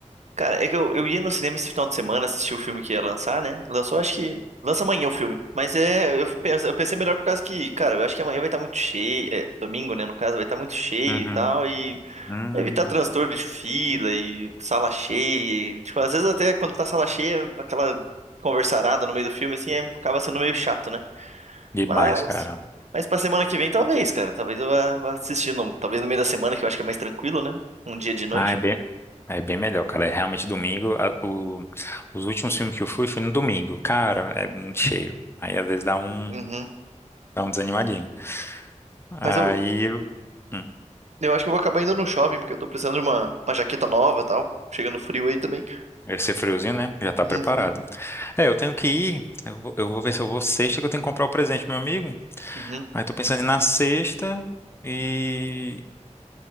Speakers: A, on the right; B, on the left.
A: Cara, é que eu, eu ia no cinema esse final de semana assistir o filme que ia lançar, né? Lançou, acho que. Lança amanhã o filme. Mas é. Eu, penso- eu pensei melhor por causa que, cara, eu acho que amanhã vai estar muito cheio. É, domingo, né? No caso, vai estar muito cheio
B: Uhum.
A: e tal. E.
B: Hum,
A: Evitar transtorno de fila e sala cheia. e, tipo, às vezes até quando tá sala cheia, aquela conversarada no meio do filme, assim, é- acaba sendo meio chato, né?
B: demais,
A: Mas,
B: cara.
A: mas pra semana que vem, talvez, cara. Talvez eu vá, vá assistindo. Talvez no meio da semana, que eu acho que é mais tranquilo, né? Um dia de noite.
B: Ah, é bem, é bem melhor, cara. É realmente domingo. a- o- os últimos filmes que eu fui, fui no domingo. Cara, é muito cheio. Aí às vezes dá um,
A: Uhum.
B: dá um desanimadinho. Aí,
A: Mas eu,
B: eu- hum,
A: eu acho que eu vou acabar indo no shopping, porque eu tô precisando de uma, uma jaqueta nova e tal. Chegando frio aí também.
B: esse friozinho, né? Já tá
A: Uhum,
B: preparado. É, eu tenho que ir. Eu vou, eu vou ver se eu vou sexta, que eu tenho que comprar o presente, pro meu amigo.
A: uhum,
B: Aí tô pensando em ir na sexta e.